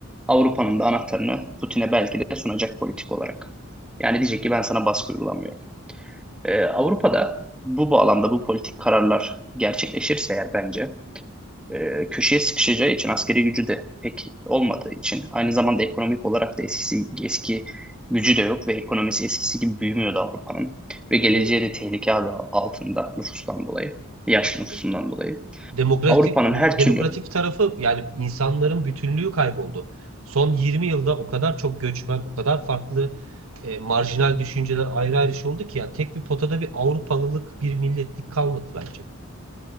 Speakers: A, in the centre; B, on the right.
A: Avrupa'nın da anahtarını Putin'e belki de sunacak politik olarak. Yani diyecek ki ben sana baskı uygulamıyorum. Ee, Avrupa'da bu bağlamda bu politik kararlar gerçekleşirse eğer bence e, köşeye sıkışacağı için askeri gücü de pek olmadığı için aynı zamanda ekonomik olarak da eskisi eski gücü de yok ve ekonomisi eskisi gibi büyümüyordu Avrupa'nın ve geleceği
B: doğru,
A: de tehlike adı altında nüfustan dolayı, yaşlı nüfusundan
B: doğru.
A: dolayı.
B: demokratik
A: Avrupa'nın
B: demokratik
A: her türlü
B: tarafı yani insanların bütünlüğü kayboldu. Son 20 yılda o kadar çok göçmen, o kadar farklı e, marjinal düşünceler ayrı ayrı şey oldu ki yani tek bir potada bir Avrupalılık, bir milletlik kalmadı bence.